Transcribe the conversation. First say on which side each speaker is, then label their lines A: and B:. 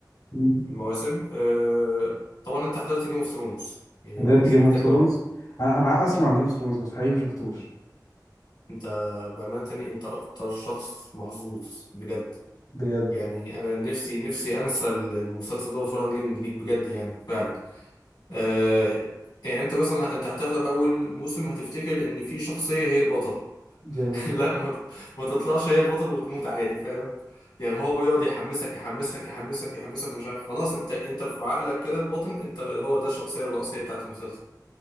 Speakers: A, on the left; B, on the left.
A: مم.
B: المواسم آه طبعا انت حضرت جيم اوف ثرونز يعني
A: قدرت
B: مش
A: جيم
B: محتاج
A: اوف ثرونز
B: اقول لك
A: انا أنا اسمع عن جيم اوف ثرونز بس حقيقي مشفتوش
B: انت بامانه تاني انت اكتر شخص محظوظ بجد
A: بجد
B: يعني انا نفسي نفسي انسى المسلسل ده واتفرج عليه من جديد بجد يعني فعلا آه يعني انت مثلا انت هتحضر اول موسم هتفتكر ان في شخصية هي البطل
A: جميل
B: <laughs> لا ما, ت- ما تطلعش هي البطل وتموت عادي فاهم يعني هو يقعد يحمسك يحمسك يحمسك يحمسك مش عارف خلاص انت انت في عقلك كده الباطن انت هو ده الشخصية الرئيسية بتاعت المسلسل